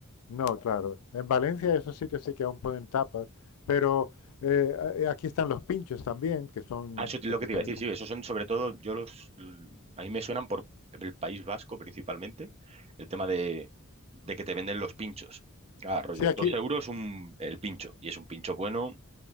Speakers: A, on the left; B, on the right.
A: no, claro. En Valencia esos sitios sí que aún ponen tapas, pero eh, a- eh, aquí están los pinchos también, que son,
B: Ah, eso es
A: que
B: lo
A: te
B: que te
A: ponen
B: iba a decir,
A: como-
B: sí, esos son sobre todo, yo los, l- a mí me suenan por el País Vasco principalmente, el tema de, de que te venden los pinchos. Ah, rollo,
A: Sí, aquí,
B: dos euros un, el pincho, y es un pincho bueno,